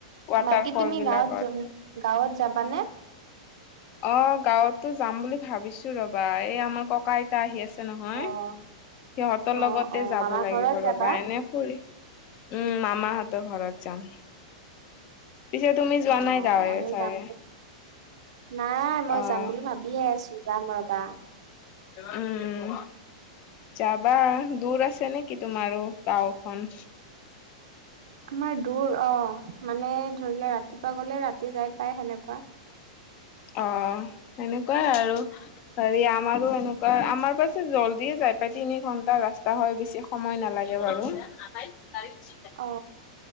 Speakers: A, on the left; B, on the right.
A: ৱাটাৰ
B: বাকী
A: ফল
B: তুমি
A: বিলাকত
B: গাঁৱত গাঁৱত যাবানে?
A: অ গাঁৱতো যাম বুলি ভাবিছো ৰবা এই আমাৰ ককা আইতা আহি আছে নহয়
B: অ
A: সিহঁতৰ
B: অ
A: লগতে
B: অ
A: যাব
B: মামাৰ
A: লাগিব
B: ঘৰত যাবা
A: ৰ'বা এনে ফুৰি উম মামাহঁতৰ ঘৰত যাম পিছে তুমি যোৱা
B: অ
A: নাই গাঁৱে
B: মইও
A: চাৱে
B: যাম নাই মই
A: অ'
B: যাম বুলি ভা বিহে আছো যাম ৰবা
A: উম উ এটাত ত্ৰিশ টকা যাবা দূৰ আছে নেকি তোমাৰো গাঁওখন
B: আমাৰ দূৰ অ মানে ধৰিলে ৰাতিপুৱা গলে ৰাতি যাই পাই সেনেকোৱা
A: অ সেনেকোৱাই আৰু হেৰি আমাৰো এনেকোৱা আমাৰ পাছে জল্দিয়ে যাই পাই তিনি ঘন্টা ৰাস্তা হয় বেছি সময় নালাগে বাৰু
B: অ